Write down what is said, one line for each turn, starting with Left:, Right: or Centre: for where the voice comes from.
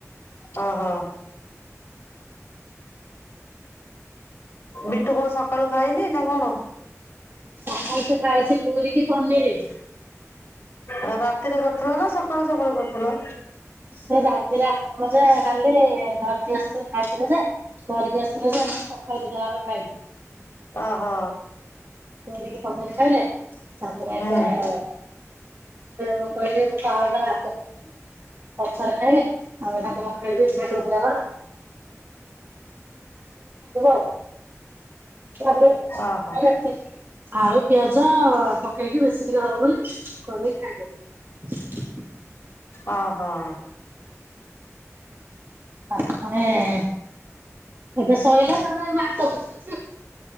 Left: ହ ହଁ ବିଟୁ ସକାଳୁ ଖାଇନି ନା କଣ?
Right: ସକାଳ ତ ଖାଇଛି। ପୁରୀ କି ପନିରି।
Left: ଆ ରାତିରେ ଥିଲା ନା ସକାଳୁ ସକାଳୁ କରୁଥିଲ।
Right: ସେ ଯାଇଥିଲେ ଆସ ଯେ ଖାଲି ଧରିକି ଆସି ଖାଇଥିଲେ। ଯେ ଧରିକି ଆସିଥିଲେ ଯେ ସକାଳୁ ଯ ଖାଇ
Left: ହ ହୋ।
Right: ପ କହିଲେ ମୁଁ
Left: ହୁଁ
Right: କହିଲି ମୁଁ ଭାତ ଖାଇବ ପଛରେ ଖାଇବ ଆଉ ଖାଇବ ଖାଇଦବ ଆଉ ଆ,
Left: ଓହୋ
Right: ଆଳୁ ପିଆଜ। ପକେଇକି ବେଶୀ ଟିକି ହବ ବୋଲି କରିଇ ଖାଇଦବ।
Left: ଅ ହଁ।
Right: <unintelligible> ଏବେ ଶଇଲା ତାଙ୍କର ଏ ମାଛ ବସିଚି।